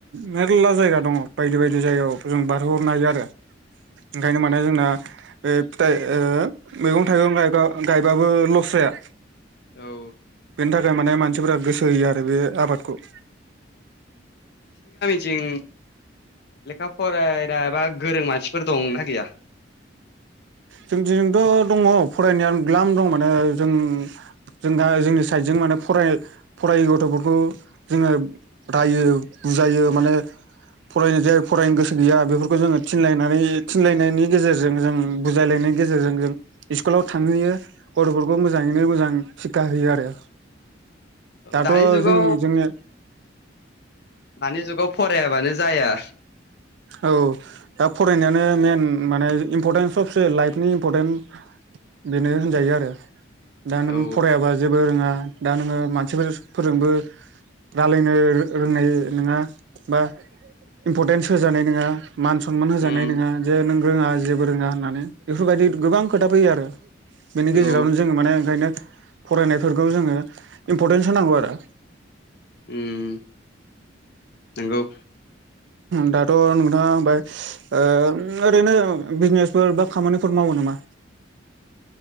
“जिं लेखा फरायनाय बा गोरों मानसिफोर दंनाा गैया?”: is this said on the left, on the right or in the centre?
Left